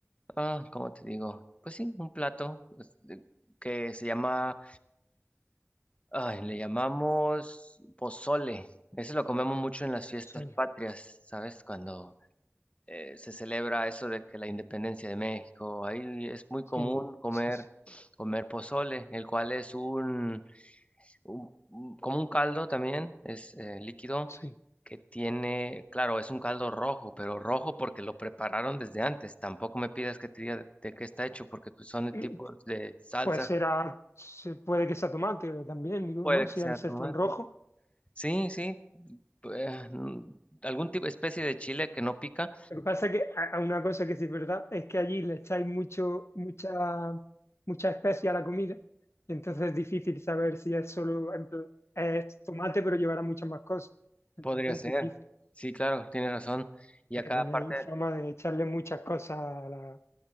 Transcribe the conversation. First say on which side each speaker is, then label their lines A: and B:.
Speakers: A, on the left; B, on the left.
A: Ah, ¿cómo te digo? Pues sí, un plato pues, de- que se llama, ay, le llamamos pozole. Ese lo comemos mucho en las fiestas
B: solo.
A: patrias, ¿sabes? Cuando eh, se celebra eso de que la independencia de México, ahí es muy común
B: Sí,
A: comer,
B: sí, sí,
A: comer pozole, el cual es un, un- un- como un caldo también, es eh, líquido
B: sí.
A: que tiene, claro, es un caldo rojo, pero rojo porque lo prepararon desde antes. Tampoco me pidas que te diga de, de qué está hecho, porque pues, son el
B: Eh,
A: tipo de salsa.
B: Pues será, se- puede que sea tomate también, digo,
A: Puede
B: ¿no? Si
A: que sea
B: al ser
A: tomate.
B: tan rojo.
A: Sí, sí. pues, mm, algún tipo, especie de chile que no pica,
B: Lo que pasa es que a, a una cosa que sí es verdad es que allí le echáis mucho, mucha, mucha especia a la comida, y entonces es difícil saber si es solo, en pl- es tomate, pero llevará muchas más cosas. Entonces
A: podría ser.
B: es difícil,
A: Sí, claro, tienes razón. Y
B: porque
A: a cada
B: tenéis
A: parte
B: fama de echarle muchas cosas a la...